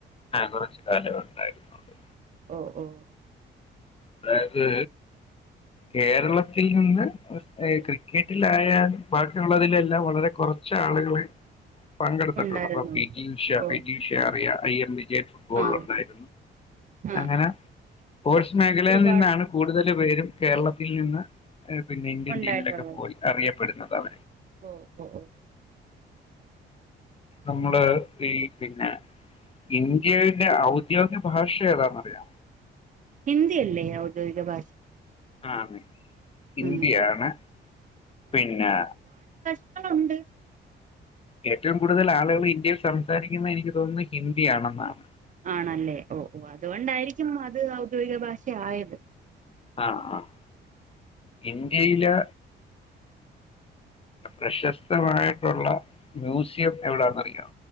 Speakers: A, on the left (about 30°); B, on the right (about 40°).
A: ആഹ് കുറച്ചു കാലം ഉണ്ടായിരുന്നുള്ള
B: ഓ ഓ
A: അതായത് കേരളത്തിൽ നിന്ന് ക്രിക്കറ്റിലായാലും ബാക്കിയുള്ളതിലെല്ലാം വളരെ കുറച്ച ആളുകളെ പങ്കെടുത്തിട്ടുള്ളൂ
B: ഉണ്ടായിരുന്നുള്ളൂ
A: അ പി ജി ഉഷ
B: ഓ
A: പി ജി ഉഷ അറിയ ഐ എം ബി ഏ ഫുട്ബോള്ഉണ്ടായിരുന്നു
B: ആ ആ
A: അങ്ങനെ പോൾസ് മേഖലയിൽ
B: ഒരുപാട്
A: നിന്നാണ് കൂടുതൽ പേരും കേരളത്തിൽ നിന്ന് പിന്നെ ഇന്ത്യൻ
B: ഉണ്ടായിട്ടുള്ളത്
A: ടീമിലൊക്കെ പോയി അറിയപ്പെടുന്നു പറ
B: ഓ ഓ ഹോ
A: നമ്മള് ഈ പിന്നെ ഇന്ത്യന്റെ ഔദ്യോഗിക ഭാഷ ഏതാന്നറിയാമോ
B: ഹിന്ദി അല്ലേ ഔദ്യോഗിക ഭാഷ
A: ആ ഇന്ത്യയാണ്
B: ഉം
A: പിന്നെ
B: <unintelligible> ഉണ്ട്
A: ഏറ്റവും കൂടുതൽ ആളുകൾ ഇന്ത്യയിൽ സം സാരിക്കുന്നെ എനിക്ക് തോന്നുന്നു ഹിന്ദിയണെന്നാണ്.
B: ആണല്ലേ ഓ ഓ അതുകൊണ്ടായിരിക്കും അത് ഔദ്യോയിക ഭാ റ്റെ ആയത്
A: ആഹ് ആഹ് ഇന്ത്യയിലെ പ്രശസ്തമായിട്ടുള്ള മ്യൂസിയം എവിടെന്ന്റിയോ?